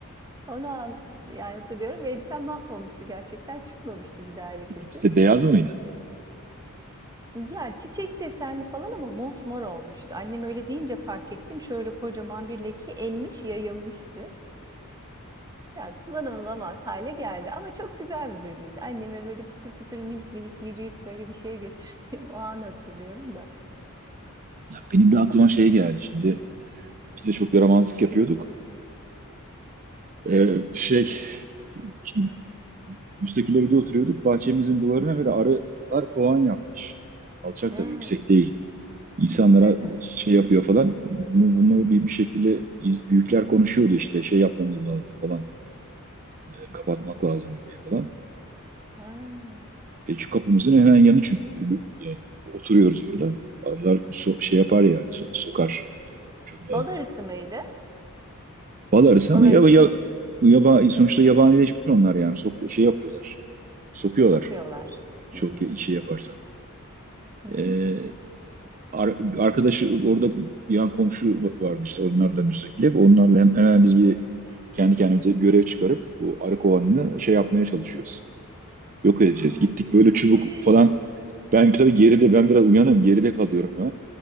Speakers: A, on the right; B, on the right.
A: Onu an, yani hatırlıyorum ve elbisem mahvolmuştu gerçekten çıkmamıştı bir daha lekesi.
B: İkisi de beyaz mıydı?
A: Ya çiçek desenli falan ama mosmor olmuştu. Annem öyle deyince fark ettim. Şöyle kocaman bir leke emmiş, yayılmıştı. Yani kullanılamaz hale geldi ama çok güzel bir duyguydu. Anneme böyle pıtır pıtır minik minik yürüyüp böyle bir şey götürdüğüm <laughs> o anı hatırlıyorum da.
B: Ya benim de aklıma şey geldi şimdi. Biz de çok yaramazlık yapıyorduk. Ee, şey şimdi müstakil evde oturuyorduk. Bahçemizin duvarına böyle arılar kovan yapmış. Alçak
A: Hmm.
B: tabii yüksek değil. İnsanlara
A: <laughs>
B: e, şey yapıyor falan. Bunu, bunu bir, bir şekilde iz- büyükler konuşuyordu işte şey yapmamız lazım falan. Ee, kapatmak lazım burayı falan.
A: Ha.
B: E, şu kapımızın hemen yanı çünkü. Yani oturuyoruz orada. Arılar so- şey yapar yani so- sokar Çok fazla.
A: Bal arısı mıydı?
B: Bal arısı
A: Bal
B: ama
A: arısı
B: ya, ya,
A: mı?
B: yaba, sonuçta
A: Hmm.
B: yabanileşmiş onlar yani. Sok, şey yapıyorlar. Sokuyorlar.
A: Sokuyorlar.
B: Çok
A: Hmm.
B: ya- şey yaparsan.
A: Hı
B: Ee,
A: hı.
B: ar- arkadaşı orada yan komşu vardı işte. Onlar da müstakil hep. Onlarla hem, hemen biz bir kendi kendimize bir görev çıkarıp bu arı kovanını şey yapmaya çalışıyoruz. Yok edeceğiz.
A: Aa,
B: Gittik
A: k-
B: böyle çubuk
A: <gasps>
B: falan. Ben tabii geride ben biraz uyanım. Geride kalıyorum ben.